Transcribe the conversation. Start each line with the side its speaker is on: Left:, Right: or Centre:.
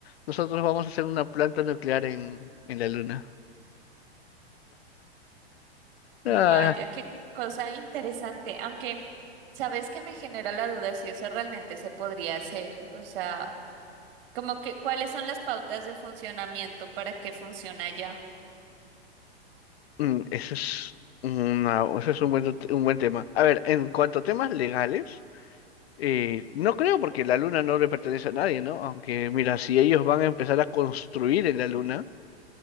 Left: nosotros vamos a hacer una planta nuclear en, en la luna.
Right: Vaya,
Left: Ah,
Right: qué cosa interesante. Aunque, ¿sabes que me genera la duda si eso realmente se podría hacer? O sea, como que, ¿cuáles son las pautas de funcionamiento para que funcione allá?
Left: mm, ese es una, ese es un buen, t- un buen tema. A ver, en cuanto a temas legales, eh, no creo porque la luna no le pertenece a nadie, ¿no? Aunque, mira, si ellos van a empezar a construir en la luna.